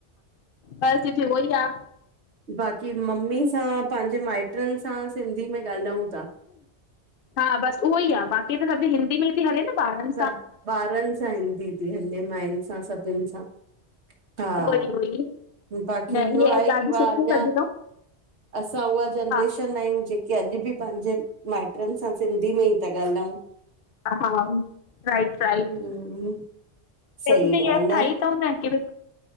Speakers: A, on the left; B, on the right.
A: परिस्थिती उहो ई आ।
B: बाक़ी मम्मी सां, पंहिंजे माइटनि सां सिंधी में ॻाल्हायूं था।
A: हा बस उहो ई आ बाक़ी त सब हिंदी में हल न ॿारन
B: सब ॿारन सां ईंदी थी हले, माइयुन सां सभिन सां। हा,
A: उहो ई उहो ई
B: बाक़ी
A: न
B: इहो
A: इहा
B: आहे कि
A: ॾाढी
B: वा
A: सुठी
B: अंञा
A: कढी अथऊं
B: असां उहा जनरेशन
A: हा
B: आहियूं जेके अॼु बि पंहिंजे माइट्रन सां सिंधी में ई था ॻाल्हाउं।
A: हा, राइट।
B: हम्म सही
A: पंहिंजी
B: ॻाल्हि
A: एप ठाही
B: आ
A: अथऊं न कि भ